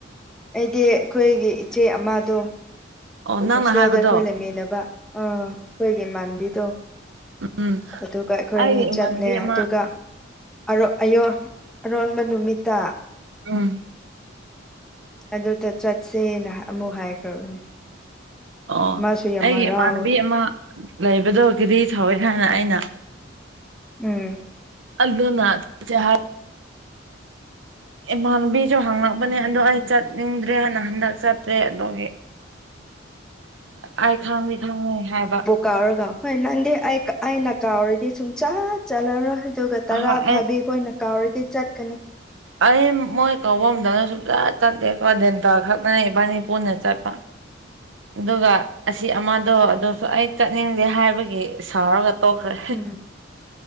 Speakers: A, in the centre; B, on the right.
A: ꯑꯩꯗꯤ ꯑꯩꯈꯣꯏꯒꯤ ꯏꯆꯦ ꯑꯃꯗꯣ
B: ꯑꯣ ꯅꯪꯅ
A: ꯍꯣꯁꯇꯦꯜꯗ
B: ꯍꯥꯏꯕꯗꯣ
A: ꯑꯩꯈꯣꯏ ꯂꯩꯃꯤꯟꯅꯕ ꯑꯥ ꯑꯩꯈꯣꯏꯒꯤ ꯏꯃꯥꯟꯕꯤꯗꯣ
B: ꯎꯝ
A: ꯑꯗꯨꯒ ꯑꯩꯈꯣꯏ
B: ꯑꯩꯒꯤ
A: ꯑꯅꯤ
B: ꯏꯃꯥꯟꯅꯕꯤ
A: ꯆꯠꯂꯦ
B: ꯑꯃ
A: ꯑꯗꯨꯒ <unintelligible> ꯑꯔꯣꯟꯕ ꯅꯨꯃꯤꯠꯇ꯫
B: ꯎꯝ꯫
A: ꯑꯗꯨꯗ ꯆꯠꯁꯦꯅ ꯑꯃꯨꯛ ꯍꯥꯏꯈ꯭ꯔꯕꯅꯦ꯫
B: ꯑꯣ
A: ꯃꯥꯁꯨ ꯌꯥꯝ
B: ꯑꯩꯒꯤ
A: ꯍꯔꯥꯎꯋꯦ
B: ꯏꯃꯥꯟꯅꯕꯤ ꯑꯃ ꯂꯩꯕꯗꯣ ꯒ꯭ꯔꯤ ꯊꯧꯋꯦ ꯍꯥꯏꯅ ꯑꯩꯅ꯫
A: ꯎꯝ꯫
B: ꯑꯜꯗꯨꯅ ꯆꯠꯁꯦ ꯍꯥꯏ꯫
A: <inaudible>
B: ꯏꯃꯥꯟꯅꯕꯤꯁꯨ ꯍꯥꯡꯉꯛꯄꯅꯦ ꯑꯗꯣ ꯑꯩ ꯆꯠꯅꯤꯡꯗ꯭ꯔꯦꯅ ꯍꯟꯗꯛ ꯆꯠꯇ꯭ꯔꯦ ꯑꯗꯨꯒꯤ ꯑꯩ ꯈꯪꯗꯤ ꯈꯪꯉꯤ ꯍꯥꯏꯕ꯫
A: ꯀꯥꯎꯔꯒꯥ ꯍꯣꯏ ꯅꯪꯗꯤ ꯑꯩ ꯑꯩꯅ ꯀꯥꯎꯔꯗꯤ ꯁꯨꯡꯆꯠ ꯆꯠꯂꯔꯣꯏ꯫ ꯑꯗꯨꯒ ꯇꯔꯥ
B: ꯑꯍꯣꯏ ꯑꯩ
A: ꯐꯥꯕꯤ ꯑꯈꯣꯏꯅ ꯀꯥꯎꯔꯗꯤ ꯆꯠꯀꯅꯤ꯫
B: ꯑꯩ ꯃꯣꯏ ꯀꯧꯕ ꯃꯇꯝꯗ ꯁꯨꯡꯆꯠ ꯆꯠꯇꯦꯀꯣ ꯗꯦꯟꯇꯥ ꯈꯛꯇꯅꯦ ꯏꯕꯥꯅꯤ ꯄꯨꯟꯅ ꯆꯠꯄ ꯑꯗꯨꯒ ꯑꯁꯤ ꯑꯃꯗꯣ ꯑꯗꯨꯁꯨ ꯑꯩ ꯆꯠꯅꯤꯡꯗꯦ ꯍꯥꯏꯕꯒꯤ ꯁꯥꯎꯔꯒ ꯇꯣꯛꯈ꯭ꯔꯦ꯫
A: ꯎꯝ